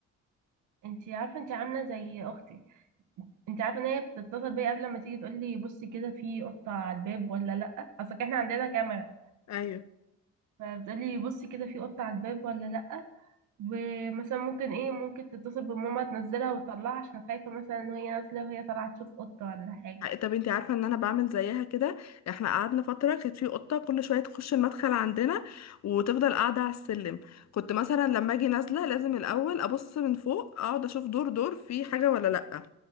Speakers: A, on the right; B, on the left.
A: انتي عارفه انتي عامله زي اختي انتي عارفه ان هي بتتصل بيا قبل ما تيجي تقول لي بصي كده في قطه على الباب ولا لا اصل احنا عندنا كاميرا
B: ايوه
A: فبتقول لي بصي كده في قطه على الباب ولا لا ومثلا ممكن ايه ممكن تتصل بماما تنزلها وتطلعها عشان خايفه مثلا ان هي نازله وهي طالعه تشوف قطه ولا حاجه
B: طب انتي عارفه ان انا بعمل زيها كده احنا قعدنا فتره كانت في قطه كل شويه تخش المدخل عندنا وتفضل قاعده على السلم كنت مثلا لما اجي نازله لازم الاول ابص من فوق اقعد اشوف دور دور في حاجه ولا لا